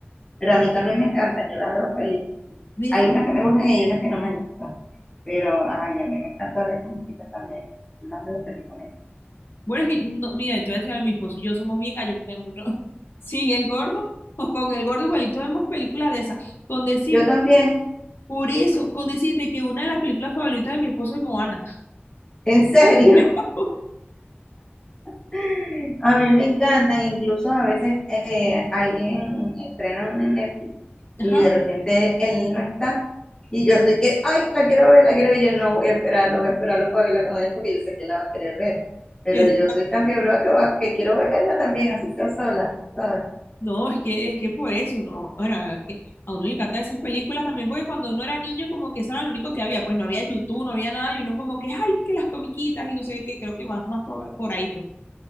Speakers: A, on the left; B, on the left.
A: Pero a mí también me encantan, yo las veo feliz.
B: ¿Verdad?
A: Hay unas que me gustan y hay unas que no me gustan. Pero ay, a mí me encanta ver comiquitas también. Yo las veo feliz con ellas.
B: Bueno, es que, no, mira, entonces a mi esposo y yo somos bien gallos porque nosotros, <laughs> sin el gordo o con el gordo igualito vemos películas de esas, con decir
A: Yo también,
B: Por eso, con decirte que una de las películas favoritas de mi esposo es Moana.
A: en serio.
B: <laughs>
A: <laughs> A mí me encantan, incluso a veces eh, alguien estrena una en Netflix
B: Ajá.
A: y de repente él no está y yo estoy que, ay, la quiero ver, la quiero ver, y yo no voy a esperarlo, voy a esperarlo para verla con él porque yo sé que la va a querer ver, pero
B: es-
A: yo soy tan fiebre que, va- que quiero verla también, así sea sola, ¿sabes?
B: no, es que, es que por eso, no. Ahora, es que a uno le encantan esas películas también, porque cuando uno era niño, como que eso era lo único que había. Pues no había YouTube, no había nada, y uno como que, ay, que las comiquitas y no sé qué, creo que más, más por por ahí, pues.